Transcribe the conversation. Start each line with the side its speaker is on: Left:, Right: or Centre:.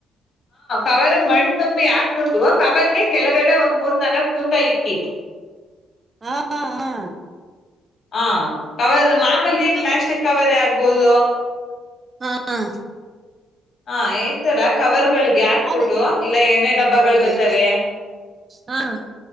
Left: ಅವಾರ ಮಣ್ ತುಂಬಿ ಹಾಕ್ಬೊಟ್ಟುವ. ಸವಲ್ಗೆ. ಕೆಳಗಡೆ ಒಂದ್ ಮೂರ್ ನಾಲ್ಕಕ್ ತೂತ ಇಕ್ಕಿ.
Right: ಹಾ ಹಾ
Left: ಹ. ಕವರ್
Right: ಆಮೇಲೆ
Left: ಮಾಮೂಲಿ
Right: ಆಮೇಲೆ
Left: ಪ್ಲಾಸ್ಟಿಕ್
Right: ನ-
Left: ಕವರೇ ಆಗ್ಬಹದು.
Right: ಹಾ.
Left: ಹಾ ಈ ತರ ಕವರ್ಗಳಿಗೆ. ಹಾಕ್ಬಿಟ್ಟು
Right: ಆಮೇಲೆ
Left: ಇಲ್ಲ ಏನೇ ಡಬ್ಬಗಳು
Right: ಹೌದು
Left: ಬರ್ತವೆ
Right: ಹಾ